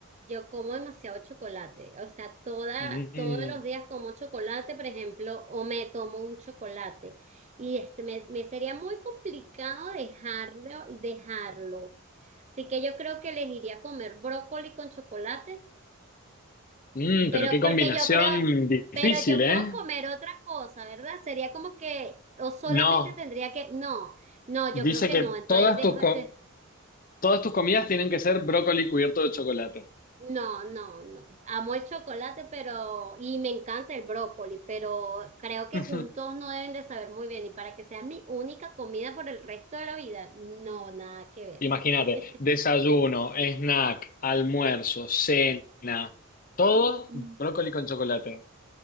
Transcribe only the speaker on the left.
Mm.
Mm,
pero qué combinación
difícil,
¿eh?
No,
dice
que
todas
tus, co-
todas tus comidas tienen que ser brócoli cubierto de chocolate.
<laughs>
Imagínate,
desayuno, snack, almuerzo, cena, todo
brócoli con chocolate.